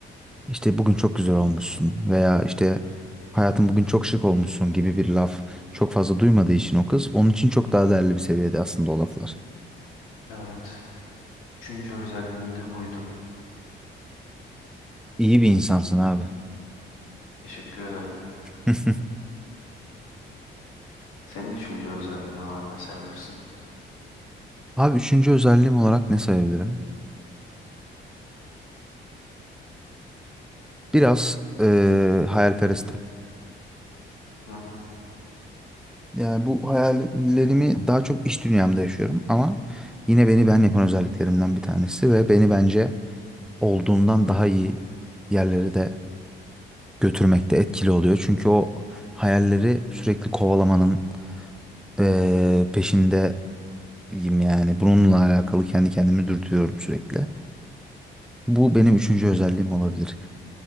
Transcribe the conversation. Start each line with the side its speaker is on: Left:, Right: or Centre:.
Centre: işte bugün çok güzel olmuşsun veya işte hayatım bugün çok şık olmuşsun gibi bir laf çok fazla duymadığı için o kız onun için çok daha değerli bir seviyede aslında o laflar.
Left: Evet. Üçüncü özelliğim de buydu.
Centre: İyi bir insansın abi.
Left: Teşekkür ederim.
Centre: <laughs>
Left: Senin üçüncü özelliğin olarak ne sayabilirsin?
Centre: Abi üçüncü özelliğim olarak ne sayabilirim? Biraz eee hayalperestim.
Left: Hı hı,
Centre: Yani bu hayallerimi daha çok iş dünyamda yaşıyorum ama yine beni ben yapan özelliklerimden bir tanesi ve beni bence olduğumdan daha iyi yerlere de götürmekte etkili oluyor. Çünkü o hayalleri sürekli kovalamanın eee peşindeyim yani. Bununla alakalı kendi kendimi dürtüyorum sürekli. Bu benim üçüncü özelliğim olabilir.